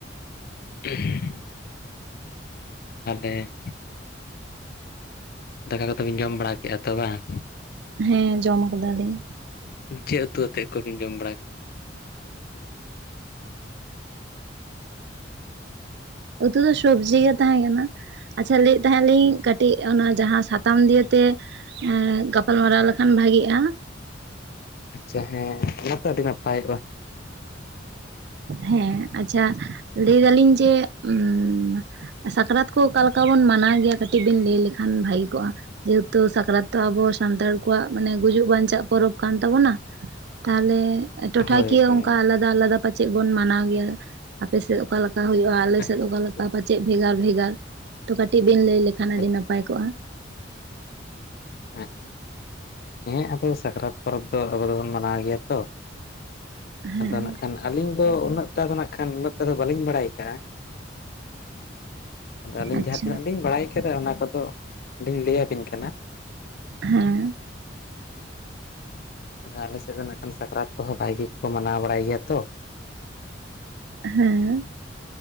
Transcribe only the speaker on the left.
<inaudible> ᱛᱟᱞᱦᱮ ᱫᱟᱠᱟ ᱠᱚᱛᱚ ᱵᱤᱱ ᱡᱚᱢ ᱵᱟᱲᱟ ᱠᱮᱜᱼᱟ ᱛᱚ ᱵᱟᱝ?
ᱪᱮᱜ ᱩᱛᱩ ᱟᱛᱮᱜ ᱠᱚᱵᱤᱱ ᱡᱚᱢ ᱵᱟᱲᱟ
ᱟᱪᱪᱷᱟ
ᱟᱪᱪᱷᱟ ᱦᱮᱸ, ᱚᱱᱟ ᱛᱚ ᱟᱹᱰᱤ ᱱᱟᱯᱟᱭᱚᱜᱼᱟ᱾
ᱦᱳᱭ
ᱦᱳᱭ
ᱟᱪᱪᱷᱟ
ᱟᱪᱪᱷᱟ
ᱟᱪᱪᱷᱟ
ᱟᱸᱪᱪᱷᱟ, ᱦᱮᱸ ᱟᱫᱚ ᱥᱟᱠᱨᱟᱛ ᱯᱚᱨᱚᱵᱽ ᱫᱚ ᱟᱵᱚ ᱫᱚᱵᱚᱱ ᱢᱟᱱᱟᱣ ᱜᱮᱭᱟ ᱛᱚ ᱾
ᱟᱫᱚ ᱱᱟᱜ ᱠᱷᱟᱱ ᱟᱞᱤᱧ ᱫᱚ ᱩᱱᱟᱹᱜ ᱴᱟ ᱫᱚ ᱱᱟᱜ ᱠᱷᱟᱱ ᱩᱱᱟᱹᱜ ᱴᱟ ᱫᱚ ᱵᱟᱞᱤᱧ ᱵᱟᱲᱟᱭ ᱠᱟᱜᱼᱟ, ᱟᱫᱚ ᱟᱹᱞᱤᱧ
ᱡᱟᱦᱟᱸ ᱛᱤᱱᱟᱹᱜ ᱞᱤᱧ ᱵᱟᱲᱟᱭ ᱠᱷᱮᱨ ᱚᱱᱟ ᱠᱚᱫᱚ ᱞᱤᱧ ᱞᱟᱹᱭᱟ ᱵᱤᱱ ᱠᱟᱱᱟ᱾
ᱟᱫᱚ ᱟᱞᱮ ᱥᱮᱜ ᱫᱚ ᱱᱟᱜ ᱠᱷᱟᱱ ᱥᱟᱠᱨᱟᱛ ᱠᱚᱦᱚᱸ ᱵᱷᱟᱜᱤ ᱠᱚ ᱢᱟᱱᱟᱣ ᱵᱟᱲᱟᱭ ᱜᱮᱭᱟ ᱛᱚ᱾